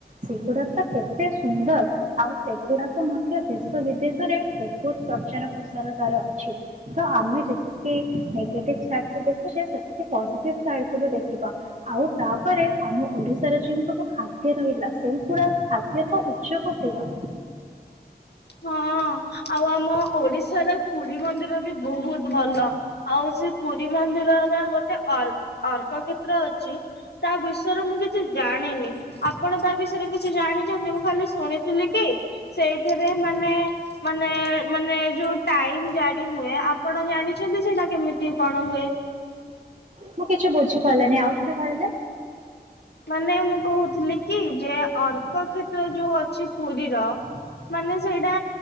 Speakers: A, on the right; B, on the left.
A: ସେଗୁଡା ତ କେତେ ସୁନ୍ଦର ଆଉ ସେଗୁଡାକ ମଧ୍ୟ ଦେଶ ବିଦେଶରେ ବହୁତ ପ୍ରଚାର ପ୍ରସାର ତାର ଅଛି ତ ଆମେ ଯେତିକି ନେଗେଟିଭ ସାଇଡକୁୁ ଦେଖୁଛେ ସେତିକି ପଜିଟିଭ ସାଇଡକୁୁ ବି ଦେଖିବା ଆଉ ତାପରେ ଆମ ଓଡି ରେ ଯୋଉଁ ସବୁ ଖାଦ୍ୟ ରହିଲା ସେଇଗୁଡା ଖାଦ୍ୟ ତ ଉଚ୍ଚ କୋଟିର।
B: ହଁ ଆଉ ଆମ ଓଡିଶାର ପୁରୀ ମନ୍ଦିର ବି ବହୁତ ଭଲ ଆଉ ସେ ପୁରୀ ମନ୍ଦିରର ଗୋଟେ ଅ ଅର୍କ କ୍ଷେତ୍ର ଅଛି ତା ବିଷୟରେ ମୁଁ କିଛି ଜାଣିନି ଆପଣ ତା ବିଷୟରେ କିଛି ଜାଣିଛନ୍ତି ମୁଁ ଖାଲି ଶୁଣିଥିଲି କି ସେଇଥିରେ ାନେ ମାନେ ମାନେ ଯୋଉ ଟାଇ ଜାଣି ହୁଏ ଆପଣ ଜା ଛନ୍ତି ସେଇଟା କେମିତି କଣ ହୁଏ
A: ମୁଁ କିଛି ବୁଝି ପାରିଲିନି ଆଉଥରେ କହିଲେ।
B: ମାନେ ମୁଁ କହୁଥିଲି କି ଯେ ଅର୍କ କ୍ଷେତ୍ର ଯୋଉ ଅଛି ପୁରୀର ମାନେ ସେଇଟା